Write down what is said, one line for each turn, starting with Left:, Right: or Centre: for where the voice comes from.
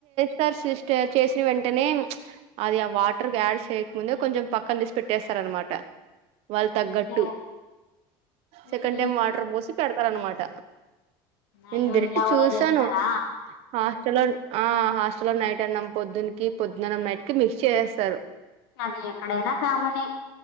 Right: సార్ సిస్ట చేసిన వెంటనే అది ఆ వాటర్ యాడ్ చేయకముందే కొంచెం పక్కన తీసి పెట్టేస్తారు అన్నమాట. వాళ్ళు తగ్గట్టు.
Left: ఓకే. మ్హూ.
Right: సెకండ్ టైం వాటర్ పోసి పెడత పెడతారన్నమాట నేను
Left: అయ్యో
Right: డైరెక్టు
Left: ఇలా
Right: చూసాను.
Left: కూడా చేస్తారా
Right: హాస్టల్లో ఆ హాస్టల్లో నైట్ అన్నం పొద్దున్నకి, పొద్దున్న అన్నం నైట్ కి మిక్స్ చేసేస్తారు.
Left: అది ఎక్కడైనా కామనే